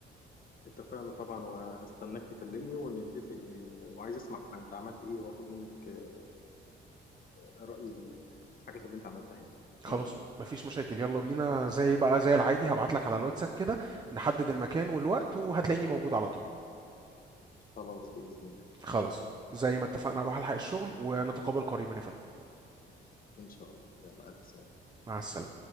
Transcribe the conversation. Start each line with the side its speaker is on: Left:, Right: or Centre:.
Left: اتفقنا طبعا وهستناك تكلمني ونتفق إن... وعايز اسمع انت عملت ايه واخد منك آه، رأي ال- الحاجات اللي انت عملتها يعني
Right: خلاص
Left: ايه رأيك
Right: مفيش مشاكل يلا بينا زي بقى زي العادي هبعت لك على الواتساب كده نحدد المكان والوقت وهتلاقيني موجود على طول
Left: خلاص بإذن الله
Right: خلاص
Left: ان شاء الله
Right: زي ما اتفقنا هروح الحق الشغل
Left: يا رب.
Right: ونتقابل قريبا يا فندم
Left: ان شاء الله يلا الف سلامة
Right: مع السلامة